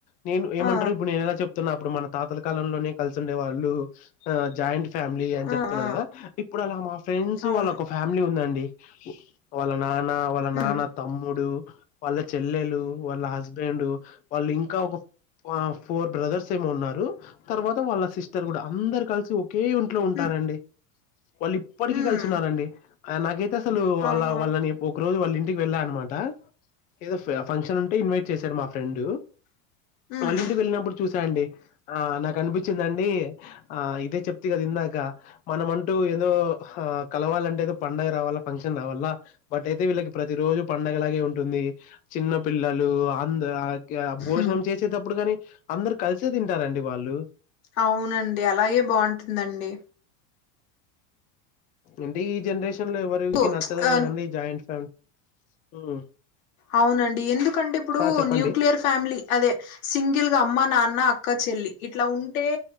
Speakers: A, on the left (about 20°); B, on the left (about 85°).
A: నేను ఏమంటారు
B: ఆ
A: ఇప్పుడు నేను ఎలా చెప్తున్నా అప్పుడు మన తాతల కాలంలోనే కలిసి ఉండే వాళ్ళు ఆ జాయింట్ ఫ్యామిలీ అని చెప్తున్నా
B: ఆ ఆ
A: కదా ఇప్పుడు అలా మా ఫ్రెండ్స్
B: అవును
A: వాళ్ళ ఒక ఫ్యామిలీ ఉందండి వాళ్ళ నాన్న వాళ్ళ నాన్న
B: ఉమ్
A: తమ్ముడు వాళ్ళ చెల్లెలు వాళ్ళ హస్బెండ్ వాళ్ళు ఇంకా ఒక ఫోర్ బ్రదర్స్ ఏమో ఉన్నారు తర్వాత వాళ్ళ సిస్టర్ కూడా అందరు కలిసి ఒకే ఇంట్లో ఉంటారండి
B: ఉమ్
A: వాళ్ళు ఇప్పటికిీ
B: ఉమ్
A: కలిసి ఉన్నారండి ఆయన నాకైతే అసలు వాళ్ళ
B: ఆహా
A: వాళ్ళని ఒక రోజు వాళ్ళ ఇంటికి వెళ్ళాల అనమాట ఏదో ఫంక్షన్ ఉంటే ఇన్వైట్ చేశారు మా ఫ్రెండ్
B: ఉమ్
A: వాళ్ళ ఇంటికి వెళ్ళినప్పుడు చూసాండి ఆ నాకు అనిపించిందండి ఆ ఇదే చెప్తే కదా ఇందాక మనమంటూ ఏదో ఆ కలవాలంటే ఏదో పండగ రావాలా ఫంక్షన్ రావాలా బట్ అయితే వీళ్ళకి ప్రతి రోజు పండగలాగే ఉంటుంది చిన్న పిల్లలు అంద భోజనం
B: ఉమ్
A: చేసేటప్పుడు కానీ అందరు కలిసి చుట్టు తింటారండి వాళ్ళు
B: అవునండి అలాగే బాగుంటుందండి
A: అంటే ఈ జనరేషన్ లో ఎవరికి
B: ఓ
A: నచ్చదు కదండి
B: ఆ
A: ఈ జాయింట్ ఫ్యామిలీ హ్మ్
B: అవునండి ఎందుకంటే ఇప్పుడు
A: ఆ చెప్పండి.
B: న్యూక్లియర్ ఫ్యామిలీ అదే సింగిల్ గా అమ్మ నాన్న అక్క చెల్లి ఇట్లా ఉంటే